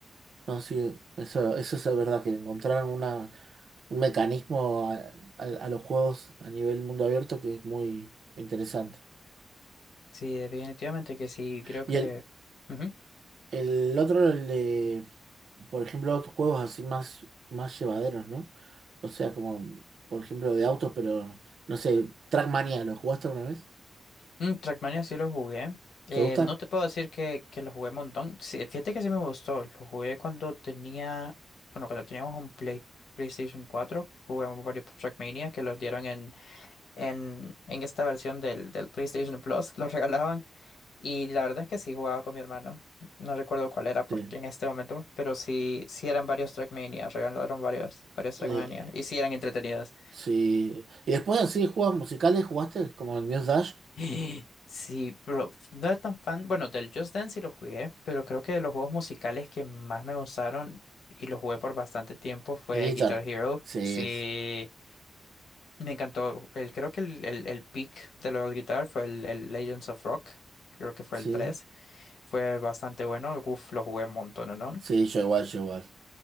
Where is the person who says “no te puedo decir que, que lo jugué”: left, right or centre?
Left